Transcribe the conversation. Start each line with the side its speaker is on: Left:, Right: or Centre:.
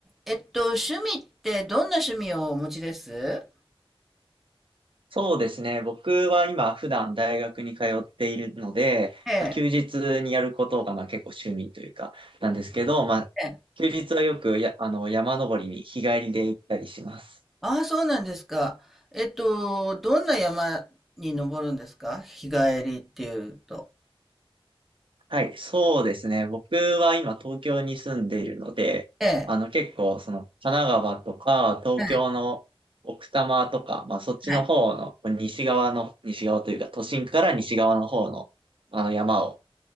Centre: えっと、趣味ってどんな趣味をお持ちです
Right: そうですね。僕は今普段大学に通っているので、
Centre: ええ。
Right: まあ、休日にやることがまあ結構趣味というかなんですけど、まあ、
Centre: ええ。
Right: 休日はよくや、あの、山登りに日帰りで行ったりします。
Centre: ああ、そうなんですか。えっと、どんな山に登るんですか日帰りっていうと。
Right: はい、そうですね。僕は今東京に住んでいるので、
Centre: ええ。
Right: あの結構その神奈川とか東京の奥多摩とか、
Centre: ええ。
Right: まあそっちの方の西側の、
Centre: はい。
Right: 西側というか都心から西側の方のあの山を